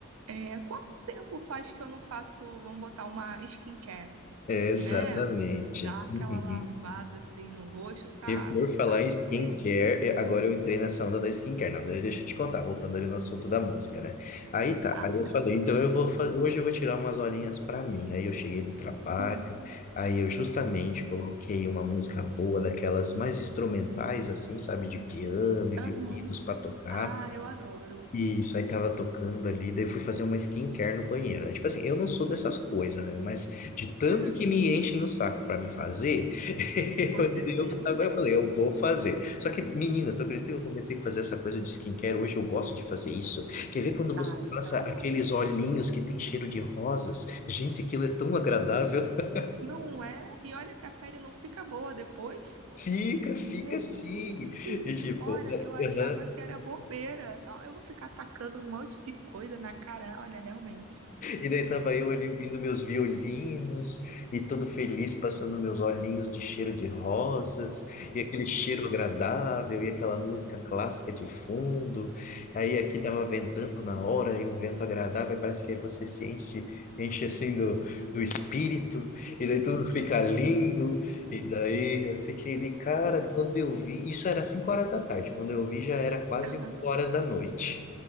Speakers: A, on the right; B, on the left.
A: É, quanto tempo faz que eu não faço, vamos botar uma skincare,
B: É, Exatamente.
A: né? Dar aquela
B: Uhum.
A: lavada assim no rosto pra
B: E por falar
A: parecer.
B: em skincare, eh, agora eu entrei nessa onda da skincare. Não, daí deixa eu te contar, voltando ali no assunto da música, né? Aí tá,
A: Ah,
B: aí eu falei, então eu vou fa- hoje eu vou tirar umas horinhas pra mim. Aí eu cheguei do trabalho,
A: sim.
B: aí eu justamente coloquei uma música boa, daquelas mais instrumentais, assim, sabe, de piano e
A: Aham.
B: violinos pra tocar.
A: Ah, eu adoro.
B: Isso, aí tava tocando ali, daí eu fui fazer uma skincare no banheiro, né? Tipo assim, eu não sou dessas coisas, né? Mas de tanto
A: É,
B: que me enchem o saco pra me fazer, <laughs>
A: Você
B: eu, eu,
A: fez.
B: agora eu falei, eu vou fazer. Só que, menina, tu acredita que eu comecei a fazer essa coisa de skincare? Hoje eu gosto de fazer isso. Quer ver quando você
A: Ah,
B: passa
A: então.
B: aqueles olhinhos que tem cheiro de rosas? Gente, aquilo é tão agradável. <laughs>
A: Não é? E olha que a pele não fica boa depois.
B: Fica, fica
A: Gente,
B: assim. E tipo,
A: olha,
B: é,
A: eu achava
B: aham,
A: que era bobeira. Não, eu vou ficar tacando um monte de coisa na cara. Olha, realmente.
B: E daí tava eu ali ouvindo meus violinos e todo feliz passando meus olhinhos de cheiro de rosas e aquele cheiro agradável e aquela música clássica de fundo. Aí aqui tava ventando na hora e um vento agradável, parece que aí você se enche, enche assim do, do espírito e daí tudo fica lindo. E daí eu fiquei de cara, quando eu vi, isso era 5 horas da tarde, quando eu vi já era quase
A: Aham.
B: oito horas da noite.